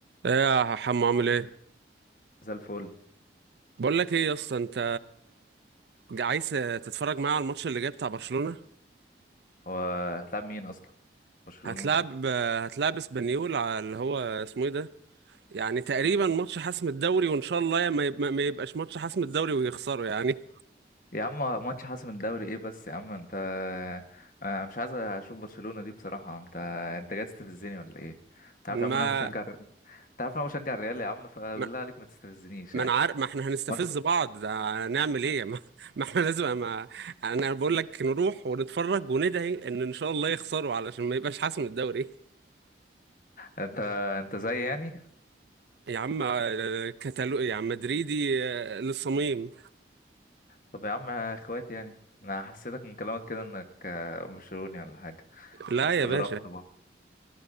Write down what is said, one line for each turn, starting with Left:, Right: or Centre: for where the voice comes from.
Right: ايه يا حمو عامل ايه
Left: زي الفل
Right: بقول لك ايه يا اسطى انت عايز تتفرج معايا على الماتش اللي جاي بتاع برشلونة
Left: هو هتلعب مين اصلا برشلونة
Right: هتلعب هتلعب اسبانيول على اللي هو اسمه ايه ده يعني تقريبا ماتش حسم الدوري وان شاء الله ما يب- ما يبقاش ماتش حسم الدوري ويخسروا يعني
Left: يا عم ماتش حاسم الدوري ايه بس يا عم انت انا مش عايز اشوف برشلونة دي بصراحة انت انت جاي تستفزني ولا ايه انت
Right: ما
Left: عارف يا عم انا بشجع انت عارف انا بشجع الريال يا عم فبالله
Right: ما
Left: عليك ما تستفزنيش
Right: ما
Left: يعني
Right: انا عارف ما احنا هنستفز
Left: ما انت
Right: بعض ده هنعمل ايه <laughs> ما, ما احنا لازم ما انا بقول لك نروح ونتفرج وندعي ان ان شاء الله يخسروا علشان ما يبقاش حسم الدوري
Left: انت انت زي يعني
Right: يا عم آه، كتالو يا عم مدريدي آه، للصميم
Left: طب يا عم اخواتي يعني انا حسيتك من كلامك كده انك آه، برشلوني ولا حاجة
Right: لا
Left: استغربت
Right: يا باشا
Left: برضه